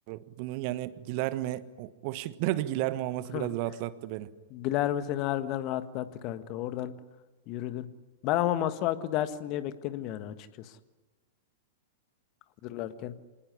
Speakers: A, on the right; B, on the left.
A: Bunun yani gilerme o, o şıklarda Guilherme olması
B: <laughs> Heh.
A: biraz rahatlattı beni.
B: Guilherme seni harbiden rahatlattı kanka. Oradan yürüdün. Ben ama Masuaku dersin diye bekledim yani açıkçası. Hazırlarken.